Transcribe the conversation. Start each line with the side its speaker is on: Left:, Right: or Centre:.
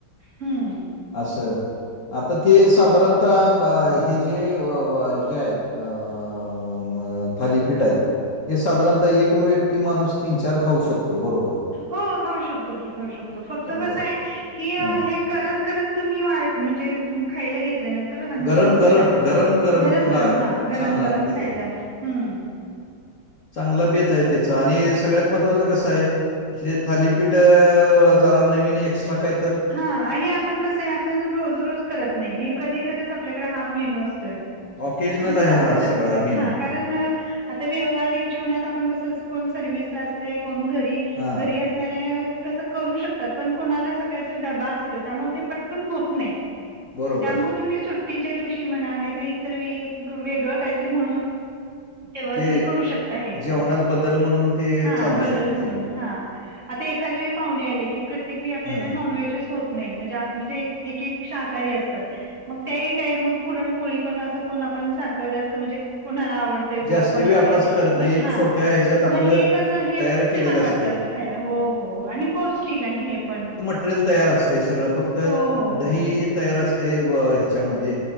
Right: हम्म.
Left: असं आता ते साधारण ता ब हे जे अ हे आहेत. अ अ अ म थालीपीठ आहेत. हे साधारणतः एक व्यक्ती माणूस तीन चार खाऊ शकतो बरोबर.
Right: हो खाऊ शकतो की खाऊ शकतो फक्त कसंय
Left: बरं.
Right: की
Left: हां.
Right: हे करत करत तुम्ही वा म्हणजे खायला घेतलं न तर आणखीन
Left: गरम-गरम,
Right: खूप छान लागत
Left: गरम-गरम
Right: गरम
Left: ला
Right: गरम हा गरम
Left: छान लागतंय
Right: गरम खायला
Left: ते.
Right: हम्म.
Left: चांगला बेत आहे त्याचा, आणि सगळ्यात महत्वाचं कसंय हे थालीपीठं अ जरा नवीन एक्स्ट्रा काय
Right: हा आणि आपण कसंय आप पण रोज रोज करत नाही हे कधीतरंच आपल्याकडे हा मेनू असतोय.
Left: ऑकेजनल
Right: आपण
Left: आहे
Right: सारखं
Left: हा
Right: सारखं
Left: सगळा
Right: करणे
Left: मेनू.
Right: हा का कारण आता व्यवहारीक जीवनात आपण कसं स कोण सर्विसला असतंय कोण घरी
Left: हां,
Right: घरी असणाऱ्या ह्या कसं करू शकतात पण कोणाला स सकाळचा डबा असतंय त्यामुळ ते पटकन होत नाय
Left: बरोबर.
Right: त्यामुळं तुम्ही सु ट्टीच्या दिवशी म्हणा नायतर इतर वेळी वेगळं कायतरी म्हणून तेव्हा
Left: ते
Right: तुम्ही करू शकता हे.
Left: जेवणात बदल म्हणून ते
Right: हा
Left: चालू
Right: बदल
Left: शकते.
Right: म्हणून हा आता एखादं वेळी पाहुणे आले की प्रत्येक वेळी आप
Left: हां,
Right: नॉन व्हेजच होत नाही म्हणजे म्हणजे एक एक शाकाहारी असतात. मग त्याही काही मग पुरणपोळी पण असं कोण आपण सारखं जास्त म्हणजे कुणाला आवड ते गोड
Left: जास्ती
Right: कोणाला
Left: व्यापाचं
Right: नाय,
Left: करत नाही.
Right: हा
Left: छोट्या ह्याच्यात आपलं
Right: म हे कसं हे
Left: तयार केलेलं
Right: छान
Left: असतंय.
Right: वाटत आपल खायला हो हो आणि पौष्टिक आणि हे पण
Left: मट्रेल तयार असतय सगळं फक्त
Right: हो हो
Left: दही
Right: हो
Left: तयार असतय व ह्याच्यामध्ये